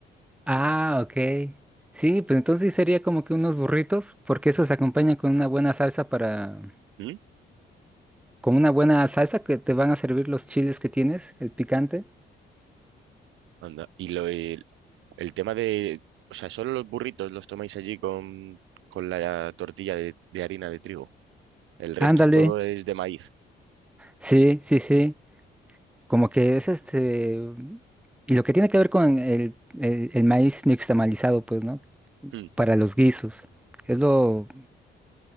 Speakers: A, in the centre; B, on the right.
A: Ah, ok. Sí, pues entonces sí sería como que unos burritos, porque eso se acompaña con una buena salsa para,
B: ¿Mm?
A: con una buena salsa que te van a servir los chiles que tienes, el picante.
B: Anda. Y lo, el, el tema de, o sea, solo los burritos los tomáis allí con, con la tortilla de, de harina de trigo. El resto
A: Ándale.
B: todo es de maíz.
A: Sí, sí, sí. Como que es este... Y lo que tiene que ver con el, el, el maíz nixtamalizado, pues, ¿no?
B: Mm.
A: Para los guisos. Es lo...